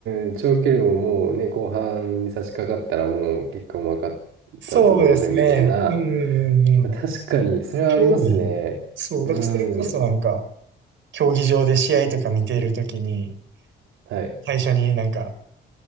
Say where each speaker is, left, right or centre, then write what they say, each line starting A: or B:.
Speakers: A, on the right; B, on the right.
A: ーん、長距離ももうね、後半に差し掛かったらもう結果も分かったと同然みたいな。
B: そうですね。うんうんうんうん。
A: まあ確かに、それはありますね。
B: ちょうどいい。そう、
A: うーん、
B: だからそれこそなんか、競技場で試合とか見ているときに、
A: はい。
B: 最初になんか、